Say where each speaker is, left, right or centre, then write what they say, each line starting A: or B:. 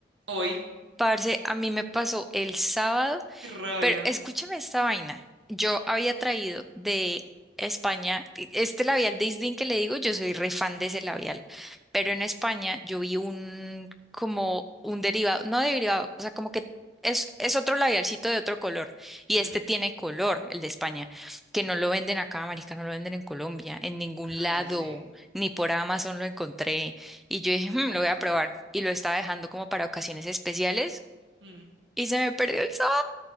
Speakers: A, on the right; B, in the centre.
A: hoy.
B: Parce, a mí me pasó el sábado.
A: Qué rabia.
B: Pero escúchame esta vaina. Yo había traído de España, e- este labial de Isdin que le digo, yo soy re fan
A: Ujú,
B: de ese labial, pero en España yo vi un como un derivado, no derivado, o sea, como que es, es otro labialcito de otro color y
A: mm.
B: este tiene color, el de España, que no lo venden acá, marica, no lo venden en Colombia, en ningún
A: Cállese,
B: lado, ni por Amazon lo encontré y yo dije, "Mm,
A: puta.
B: lo voy a probar y lo estaba dejando como para ocasiones especiales
A: Mm.
B: y se me perdió el sabor.